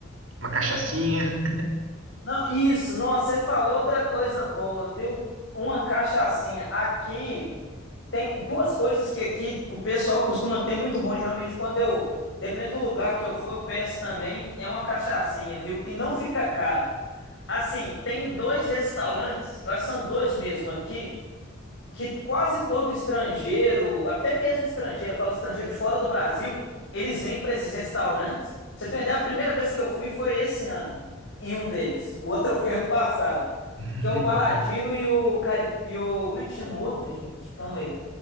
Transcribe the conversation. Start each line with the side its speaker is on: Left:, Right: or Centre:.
Right: uma cachaçinha?
Left: Não, isso, nossa, você falou outra coisa boa, viu? Uma cachaçinha. Aqui. Tem duas coisas que aqui o pessoal costuma ter muito bom. Geralmente, quando eu, dependendo do lugar que eu for, eu peço também. É uma cachaçinha, viu? E não fica caro. Assim, tem dois restaurantes, eu acho que são dois mesmo aqui, que quase todo estrangeiro, até mesmo estrangeiro, eu falo estrangeiro de fora do Brasil, eles vêm para esses restaurantes. Pra você ter uma ideia, a primeira vez que eu fui foi esse ano, em um deles. O outro foi ano passado,
Right: <laughs>
Left: que é o Paladino e o, Caip... e o... Como é que chama o outro, gente? Calma aí.